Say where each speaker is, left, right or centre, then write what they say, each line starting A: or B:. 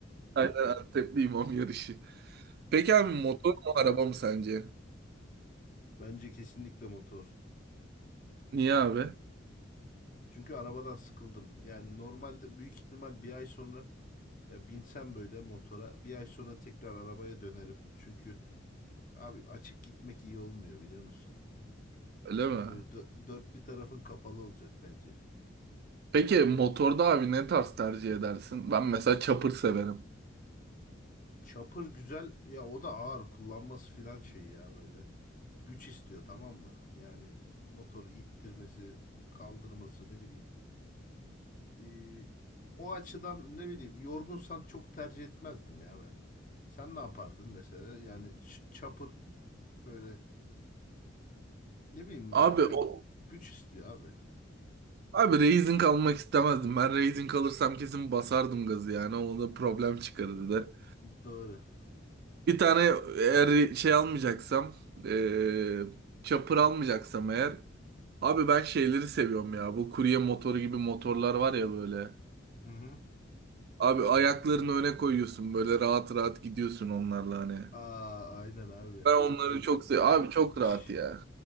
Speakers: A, on the right; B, on the left.
A: Aynen Antepli imam yarışı. Peki abi motor mu araba mı sence?
B: Bence kesinlikle motor.
A: Niye abi?
B: Çünkü arabadan sıkıldım. Yani normalde büyük ihtimal bir ay sonra ya binsem böyle motora bir ay sonra tekrar arabaya dönerim. Çünkü abi açık gitmek iyi olmuyor biliyor musun?
A: Öyle mi?
B: Böyle dö- dört bir tarafın kapalı olacak bence.
A: Peki motorda abi ne tarz tercih edersin? Ben mesela chopper severim.
B: Chopper güzel ya o da ağır kullanması filan şey ya böyle. Güç istiyor tamam mı? Yani motoru ittirmesi, kaldırması ne bileyim. Ee, o açıdan ne bileyim yorgunsan çok tercih etmezdim ya ben. Sen ne yapardın mesela? Yani ç- Chopper böyle ne bileyim
A: Abi
B: böyle
A: o
B: güç istiyor abi.
A: abi Raising almak istemezdim. Ben Raising alırsam kesin basardım gazı yani. O da problem çıkarırdı.
B: Doğru.
A: Bir tane eğer şey almayacaksam, eee çapır almayacaksam eğer. Abi ben şeyleri seviyorum ya. Bu kurye motoru gibi motorlar var ya böyle.
B: Hı hı.
A: Abi ayaklarını öne koyuyorsun böyle rahat rahat gidiyorsun onlarla hani.
B: Aa, aynen abi.
A: Ben onları
B: Böyle,
A: çok seviyorum. Abi çok
B: şş,
A: rahat ya.